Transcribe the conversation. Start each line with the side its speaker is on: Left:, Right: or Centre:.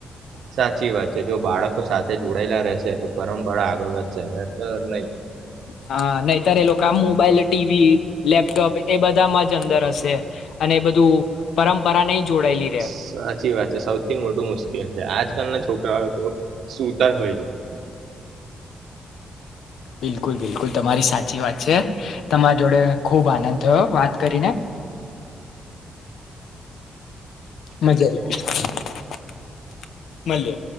Right: સાચી વાત છે જો બાળકો સાથે જોડાયેલા રહેશે તો પરંપરા આગળ વધશે ને અ નહી.
Left: હા નહીતર એ લોકો આમ મોબાઈલ ટીવી લેપટોપ એ બધામાં જ અંદર હશે અને એ બધું પરંપરા નહી જોડાયેલી રે
Right: સાચી વાત છે સૌથી મોટું મુશ્કેલ છે આજકાલના છોકરાઓ તો સુતાય હોય છે.
Left: બિલકુલ બિલકુલ તમારી સાચી વાત છે તમારા જોડે ખુબ આનંદ થયો વાત કરીને. મજા આવી. <unintelligible> મલીયે.